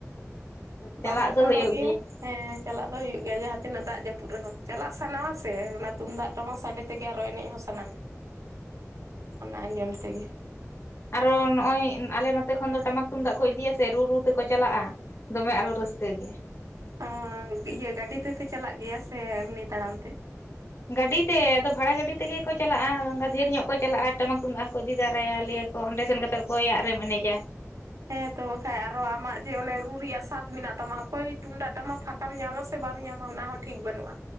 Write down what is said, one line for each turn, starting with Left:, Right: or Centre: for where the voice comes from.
Left: ᱪᱟᱞᱟᱜ
Right: ᱵᱟᱝᱟ ᱟᱠᱚᱴᱚᱜ
Left: ᱫᱚ ᱦᱩᱭᱩᱜ
Right: ᱜᱮᱭᱟ ᱦᱮᱸ ᱪᱟᱞᱟᱜ ᱫᱚ ᱦᱩᱭᱩᱜ ᱜᱮᱭᱟ ᱡᱟᱦᱟᱸ ᱛᱤᱱᱟᱹᱜ ᱫᱟᱜ ᱡᱟᱹᱯᱩ ᱨᱮᱦᱚᱸ ᱪᱟᱞᱟᱜ ᱥᱟᱱᱟ ᱟ ᱥᱮ ᱚᱱᱟ ᱛᱩᱢᱫᱟᱜ ᱴᱟᱢᱟ ᱥᱟᱰᱮ ᱛᱮᱜᱮ ᱟᱨᱦᱚ ᱮᱱᱮᱡ ᱦᱚᱸ ᱥᱟᱱᱟᱢ ᱚᱱᱟ ᱟᱸᱡᱚᱢ ᱛᱮᱜᱮ
Left: ᱟᱨᱦᱚ ᱱᱚᱜᱼᱚᱭ ᱟᱞᱮ ᱱᱚᱛᱮ ᱠᱷᱚᱱ ᱫᱚ ᱴᱟᱢᱟᱠ ᱛᱩᱢᱫᱟᱜ ᱠᱚ ᱤᱫᱤᱭᱟ ᱥᱮ ᱨᱩ ᱨᱩ ᱛᱮᱠᱚ ᱪᱟᱞᱟᱜᱼᱟ ᱫᱚᱢᱮ ᱟᱨᱦᱚ ᱨᱟᱹ <inaudible> ᱨᱟᱹᱥᱠᱟᱹ ᱜᱮ
Right: ᱟ ᱤᱭᱟᱹ ᱜᱟᱹᱰᱤ ᱛᱮᱯᱮ ᱪᱟᱞᱟᱜ ᱜᱮᱭᱟ ᱥᱮ ᱮᱢᱱᱤ ᱛᱟᱲᱟᱢ ᱛᱮ
Left: ᱜᱟᱹᱰᱤ ᱛᱮ ᱟᱫᱚ ᱵᱷᱟᱲᱟ ᱜᱟᱹᱰᱤ ᱛᱮᱜᱮ ᱠᱚ ᱪᱟᱞᱟᱜᱼᱟ ᱟᱫᱚ ᱰᱷᱮᱨ ᱧᱚᱜ ᱠᱚ ᱪᱟᱞᱟᱜᱼᱟ ᱴᱟᱢᱟᱠ ᱛᱩᱢᱫᱟᱜ ᱦᱚᱠᱚ ᱤᱫᱤ ᱛᱟᱨᱟᱭᱟ ᱞᱮᱭᱟ ᱠᱚ ᱚᱸᱰᱮ ᱥᱮᱱ ᱠᱟᱛᱮ ᱚᱠᱚᱭᱟᱜ ᱨᱮᱢ ᱮᱱᱮᱡᱟ
Right: ᱦᱮᱸᱛᱚ ᱵᱟᱠᱷᱟᱡ ᱟᱨᱦᱚ ᱟᱢᱟᱜ ᱡᱮ ᱚᱱᱮ ᱨᱩ ᱨᱮᱭᱟᱜ ᱥᱟᱫ ᱢᱮᱱᱟᱜ ᱛᱟᱢᱟ ᱚᱠᱚᱭ ᱛᱩᱢᱫᱟᱜ ᱴᱟᱢᱟᱠ ᱯᱷᱟᱸᱠᱟᱢ ᱧᱟᱢᱟ ᱥᱮ ᱵᱟᱢ ᱧᱟᱢᱟ ᱚᱱᱟ ᱦᱚᱸ ᱴᱷᱤᱠ ᱵᱟᱹᱱᱩᱜᱼᱟ᱾